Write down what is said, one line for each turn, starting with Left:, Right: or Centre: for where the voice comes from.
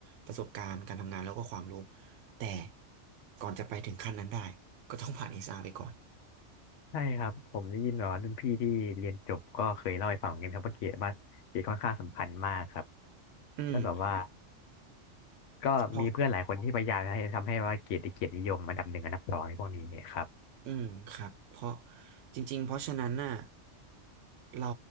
Right: ประสบการณ์การทำงานแล้วก็ความรู้แต่ก่อนจะไปถึงขั้นนั้นได้ก็ต้องผ่านเอชอาร r ไปก่อน
Left: ใช่ครับผมได้ยินแบบว่ารุ่นพี่ที่เรียนจบก็เคยเล่าให้ฟังเหมือนกันครับว่าเกรดว่าเกรดค่อนข้างสำคัญมากครับ
Right: อืม
Left: แล้วแบบว่าก็มีเพื่อนหลายคนที่พยายามให้ทำให้ว่าเกรดได้เกียรตินิยมอันดับหนึ่งอันดับสองในพวกนี้เนี่ยครับ
Right: เพราะ อืมครับเพราะจริงๆเพราะฉะนั้นน่ะเรา